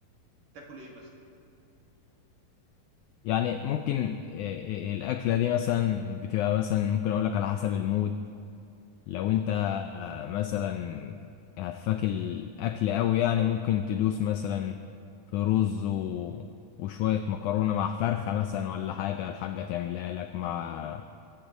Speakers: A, on the right; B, on the left.
A: تاكل ايه مثلا
B: يعني ممكن آه، آه، الأكلة دي مثلا بتبقى مثلا ممكن أقول لك على حسب المود لو أنت
A: امم
B: آه، مثلا هفاك الأكل أوي يعني ممكن تدوس مثلا في رز و... وشوية مكرونة مع فرخة مثلا ولا حاجة الحاجة تعملها لك مع